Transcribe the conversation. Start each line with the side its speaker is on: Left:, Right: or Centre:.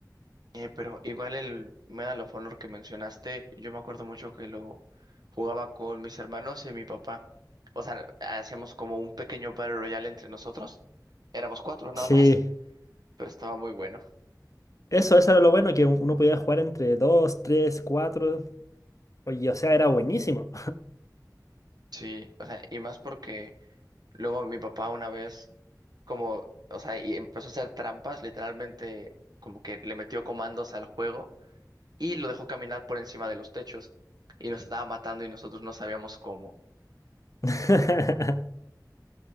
Right: Eh, pero igual el Medal of Honor que mencionaste, yo me acuerdo mucho que lo jugaba con mis hermanos y mi papá. O sea, hacíamos como un pequeño Battle Royale entre nosotros. Éramos cuatro nada
Left: Sí,
Right: más, <laughs> pero estaba muy bueno.
Left: eso, eso era lo bueno, que uno podía jugar entre dos, tres, cuatro. Oye, o sea, era buenísimo.
Right: Sí, o sea, y más porque luego mi papá una vez, como, o sea, y empezó a hacer trampas, literalmente, como que le metió comandos al juego y lo dejó caminar por encima de los techos y nos estaba matando y nosotros no sabíamos cómo.
Left: <laughs>